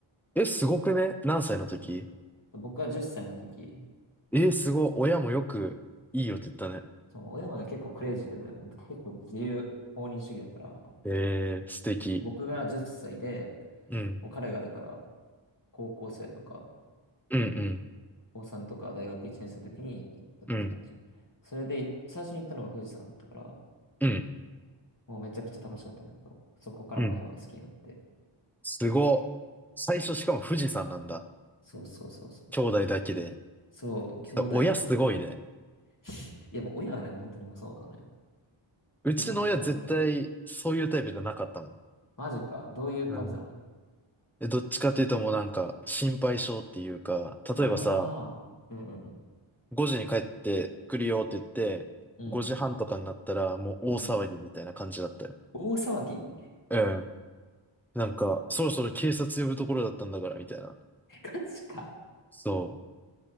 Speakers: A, in the centre; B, on the left.
A: え、すごくね何歳の時
B: そうそうそう。で僕が10歳の時、
A: え、すご。親もよく、いいよって言ったね。
B: そう、親はね、結構クレイジーでね、なんか結構自由、放任主義だから、
A: ええ、素敵。
B: 僕が10歳で、
A: うん。
B: もう彼がだから、高校生とか、
A: うんうん。
B: 高3とか大学1年生の時に行ったって感じ。
A: うん。
B: それで、最初に行ったのが富士山だったから、
A: うん。
B: もうめちゃくちゃ楽しかったんだけど、そこからもう山が好きになって。
A: うん。すご。最初しかも富士山なんだ。
B: そうそうそうそう。
A: 兄弟だけで。
B: そう、兄弟で。
A: そう親すごいね。
B: <laughs> いやもう親がね、もう本当にもうそうなのよ。
A: うちの親絶対そういうタイプじゃなかったもん。
B: 結構何も言わないから。マジか。どういう感じなの
A: うん。で、どっちかっていうともうなんか心配性っていうか、
B: ああー、
A: 例えばさ、
B: うんうん
A: 5時に帰ってくるよって言って、
B: うん。
A: 5時半とかになったらもう大騒ぎみたいな感じだったよ。
B: うんうん。大騒ぎ
A: うん。なんか、そろそろ警察呼ぶところだったんだからみたいな。
B: <laughs> ガチか。
A: そう。